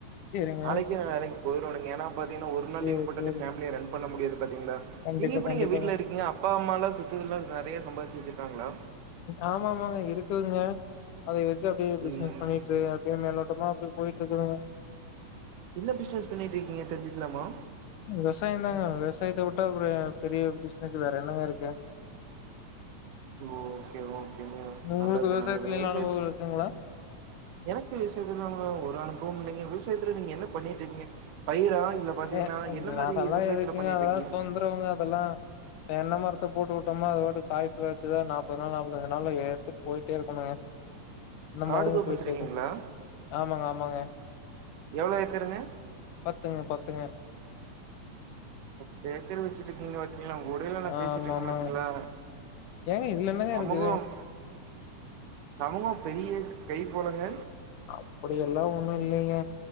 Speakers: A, on the left; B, on the right.
A: சேரிங்க
B: நாளைக்கு வேலைக்கு போயிடுவனுங்க ஏன்னா பாத்தீன்னா ஒரு நாள்
A: சேரி
B: லீவு போட்டாலே
A: சேரி
B: ஃபேமிலிய ரன் பண்ண முடியாது பாத்தீங்களா
A: கண்டிப்பா
B: நீங்க எப்டிங்க
A: கண்டிப்பாங்க
B: வீட்ல இருக்கீங்க அப்பா அம்மாலா சொத்து எல்லா நெறைய சம்பாதிச்சு வெச்சுருக்கங்களா
A: ஆமா ஆமாங்க இருக்குதுங்க அத வெச்சு அப்டியே பிச்னஸ்
B: ம்
A: பண்ணி அப்டியே மேலோட்டமா அப்டியே போயிட்டு இருக்குதுங்க
B: என்ன பிச்னஸ் பண்ணிட்டு இருக்கீங்க தெரிஞ்சுக்கலாமா
A: விவசாய தாங்க விவசாயத்த விட்டா அப்றோ பெரிய பிசினஸ் வேற என்னங்க இருக்கு
B: ஓகே ஓகேங்க
A: உங்களுக்கு
B: நல்லது
A: விவசாயத்துல
B: நல்லதுங்க
A: எல்லா
B: விவசாயத்
A: அனுபவம் இருக்குங்களா
B: எனக்கு விவசாயத்துல ஒரு அனுபவம் இல்லைங்க விவசாயத்துல நீங்க என்ன பண்ணிட்டு இருக்கீங்க பயிரா இல்ல பாத்தீங்கன்னா
A: சேரி இதுல
B: என்ன மாரி
A: அதெல்லா
B: விவசாயத்துல
A: எதுக்குங்க
B: பண்ணிட்டு
A: அதவேற
B: இருக்கீங்க
A: தொந்தரவுங்க அதெல்லா தென்ன மரத்த போட்டு விட்டோம அது பாட்டுக்கு காய்ப்பு காய்ச்சுதா நாப்பது நாள் நாப்பத்து அஞ்சு நாள்ல எடுத்துட்டு போயிட்டே இருக்கணுங்க அந்த
B: காடு
A: மாரிங்க
B: தோப்பு
A: போயிட்டு
B: வச்சிருக்கீங்களா
A: இருக்க ஆமாங்க ஆமாங்க
B: எவ்ளோ ஏக்கருங்க
A: பாத்துங்க பாத்துங்க
B: முப்பது ஏக்கர் வச்சிட்ருக்கிங்க வ பாத்திங்ளா உங்க கூடயில நா
A: ஆமா
B: பேசிட்டு இருக்க
A: ஆமாங்க
B: பாத்தீங்களா
A: ஏங்க இதுல என்னங்க
B: சமூகம்
A: இருக்குது
B: சமூகம் பெரிய கை போலங்க
A: அப்படி எல்லா ஒண்ணு இல்லிங்க